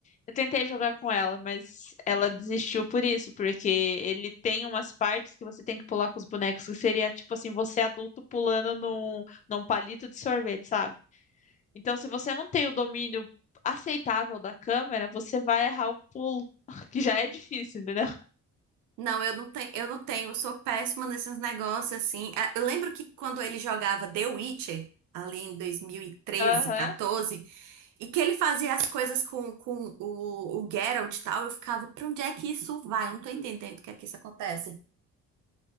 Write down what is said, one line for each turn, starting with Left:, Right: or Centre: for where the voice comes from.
Left: Eu tentei jogar com ela, mas ela desistiu por isso, porque ele tem umas partes que você tem que pular com os bonecos, que seria tipo assim, você adulto pulando num, num palito de sorvete, sabe? Então, se você não tem o domínio aceitável da câmera, você vai errar o pulo, <laughs> que já é difícil, entendeu?
Right: Não, eu não tenho, eu não tenho, eu sou péssima nesses negócios assim. Ah, Eu lembro que quando ele jogava The Witcher, ali em 2013,
Left: Aham.
Right: 14, e treze, quatorze, e que ele fazia as coisas com, com o, o Geralt e tal, eu ficava, pra onde é que isso vai? Eu não tô entendendo o que é que isso acontece.